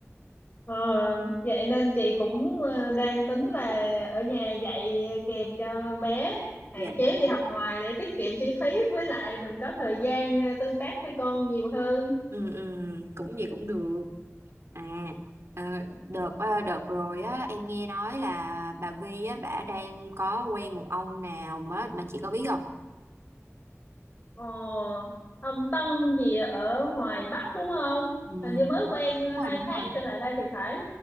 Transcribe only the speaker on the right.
dạ
Ừ, ừ, cũng vậy cũng được à ờ, đợt ờ, đợt rồi á em nghe nói là bà Vi á bả đang có quen một ông nào mà mà chị có biết không
ừ,
đúng rồi
đúng
rồi